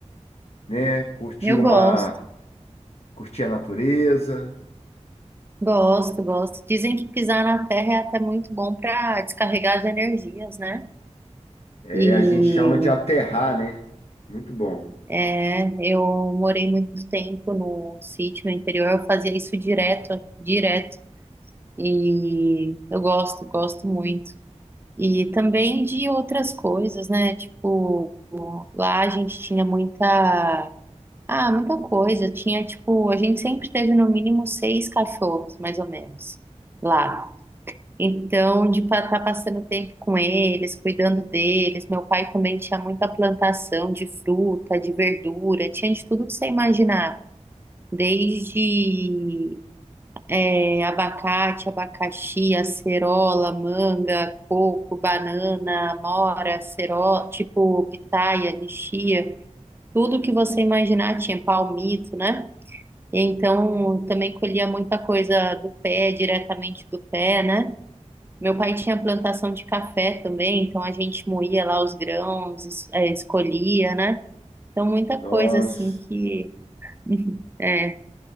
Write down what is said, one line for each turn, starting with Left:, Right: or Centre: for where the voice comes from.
Left: né? Curtir
Right: Eu
Left: uma,
Right: gosto,
Left: curtir a natureza.
Right: gosto, gosto. Dizem que pisar na terra é até muito bom para descarregar as energias, né?
Left: É,
Right: E
Left: a gente chama de aterrar, né? Muito bom.
Right: é, eu morei muito tempo no sítio, no interior, eu fazia isso direto, direto. E eu gosto, gosto muito. E também de outras coisas, né? Tipo, Lá a gente tinha muita. Ah, muita coisa. Tinha, tipo, a gente sempre teve no mínimo seis cachorros, mais ou menos, lá. Então, de estar passando tempo com eles, cuidando deles. Meu pai também tinha muita plantação de fruta, de verdura, tinha de tudo que você imaginar. Desde é, abacate, abacaxi, acerola, manga, coco, banana, amora, acerola, tipo, pitaia, lixia. Tudo que você imaginar tinha palmito, né? Então também colhia muita coisa do pé, diretamente do pé, né? Meu pai tinha plantação de café também, então a gente moía lá os grãos, es- eh, escolhia, né? Então muita
Left: Nossa,
Right: coisa assim que <laughs> é,